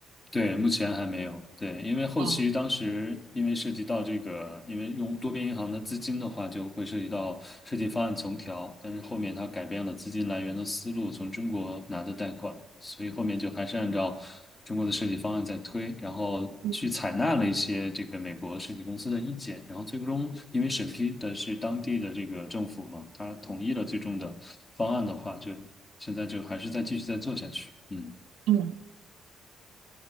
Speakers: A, on the left; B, on the right.
A: 对，目前还没有。对，因为后期当时因为涉及到这个，
B: 哦，
A: 因为用多边银行的资金的话，就会涉及到设计方案重调。但是后面它改变了资金来源的思路，从中国拿的贷款，所以后面就还是按照中国的设计方案在推，然后去采纳了一些这个美国设计公司的意见，
B: 嗯
A: 然后最终因为审批的是当地的这个政府嘛，他统一了最终的方案的话，就现在就还是再继续再做下去。嗯。
B: 嗯